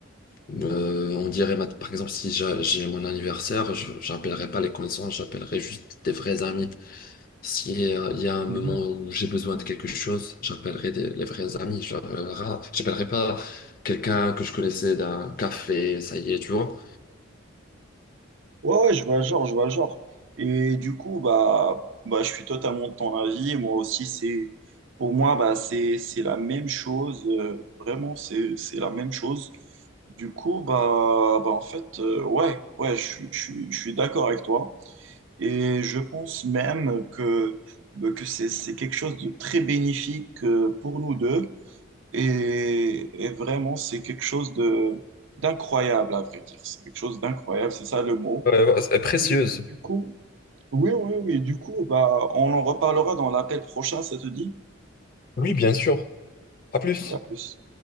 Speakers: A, on the left; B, on the right.
A: Euh, on dirait, ma- par exemple, si j'a- j'ai mon anniversaire, je j'appellerai pas les connaissances, j'appellerai juste des vrais amis. si y il y a un moment
B: Mhm.
A: où j'ai besoin de quelque chose, j'appellerai des- les vrais amis. J'appellerai j'appellerai pas quelqu'un que je connaissais d'un café, ça y est, tu vois.
B: Ouais, ouais, je vois le genre, je vois le genre. Et du coup, bah, bah, je suis totalement de ton avis. Moi aussi, c'est, pour moi, bah, c'est, c'est la même chose. euh, vraiment, c'est, c'est la même chose. Du coup, bah, bah en fait, euh, ouais, ouais, je, suis- je, suis- je suis d'accord avec toi. Et je pense même que, bah, que c'est, c'est quelque chose de très bénéfique euh, pour nous deux. Et, et vraiment, c'est quelque chose de, d'incroyable, à vrai dire. C'est quelque chose d'incroyable, c'est ça le mot.
A: Ouais, ouais, c'est précieuse.
B: Du, du coup, oui, oui, oui. Du coup, bah, on en reparlera dans l'appel prochain, ça te dit?
A: Oui, bien sûr. À plus.
B: À plus.